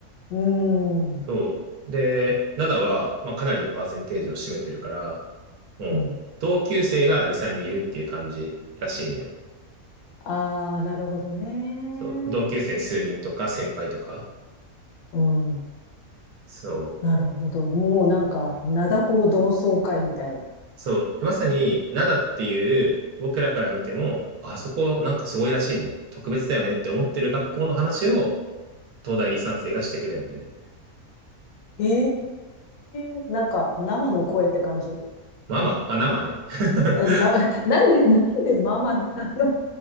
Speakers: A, on the left; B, on the right.
A: うん。
B: そう。で、灘は、まあ、かなりのパーセンテージを占めてるから、もう、
A: うん。
B: 同級生がサンにんいるっていう感じらしいんよ。
A: ああ、なるほどね。
B: そう。同級生数人とか、先輩とか。
A: うん。
B: そう。
A: なるほど。もうなんか、灘高同窓会みたいな。
B: そう。まさに、灘っていう、僕らから見ても、あそこなんかすごいらしいね。特別だよねって思ってる学校の話を、東大理三生がしてくれるのよね。
A: ええなんか生の声って感じ。
B: ママあ、生ね。<laughs>
A: え、な、<laughs> なんで、なんでママなの